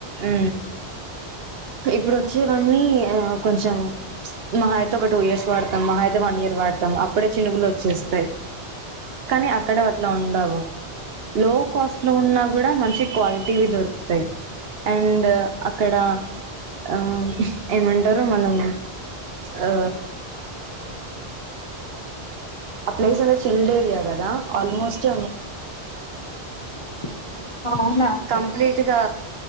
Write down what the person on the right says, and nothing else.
హు ఇప్పుడు వచ్చేవన్నీ ఆ కొంచెం మాహ అయితే ఒక టూ ఇయర్స్ వాడతాం మాహా అయితే వన్ ఇయర్ వాడతాం అప్పుడే చినుగులు వచ్చేస్తాయి కానీ అక్కడ అట్లా ఉండవు లో కాస్ట్ లో ఉన్నా కూడా మంచి క్వాలిటీవి దొరుకుతాయి అండ్ అక్కడ ఆ ఏమంటారు మనం అ ఆ ప్లేస్ అనేది చిల్డ్ ఏరియాకదా ఆల్మోస్ట్
కంప్లీట్గా